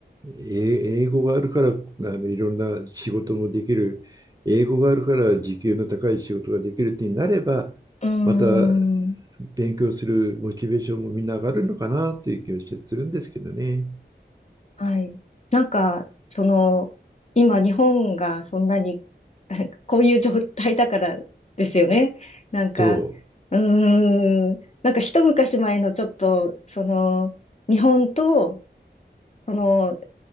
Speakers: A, on the right; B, on the left.
A: え英語があるから、あの、いろんな仕事もできる、英語があるから時給の高い仕事ができるってなれば、
B: うん。
A: また勉強するモチベーションもみんな上がるのかなっていう気がしてするんですけどね。
B: はい。なんか、その、今日本がそんなに、<laughs> なんかこういう状態だからですよね。なんか、
A: そ
B: うーん、なんか一昔前のちょっと、その、日本と、その、